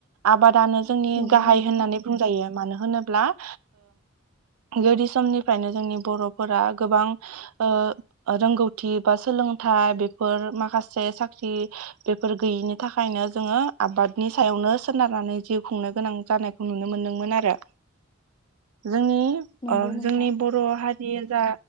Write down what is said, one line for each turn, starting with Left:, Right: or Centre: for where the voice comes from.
Right: आबादानो जोंनि
Left: नंगौ
Right: गाहाय
Left: नोंथां
Right: होननानै बुंजायो मानो होनो <unintelligible> ओ गोदोनि समनिफ्रायनो जोंनि बर'फोरा गोबां ओ रोंगौथि बा सोलोंथाइ बेफोर माखासे साख्रि बेफोर गैयिनि थाखायनो जोङो आबाद नि सायावनो सोनारनानै जिउ खुंनो गोनां जानायखौ नुनो मोनदोंमोन आरो। जोंनि
Left: नंगौ
Right: ओ
Left: नोंथां
Right: जोंनि बर' हारिया जा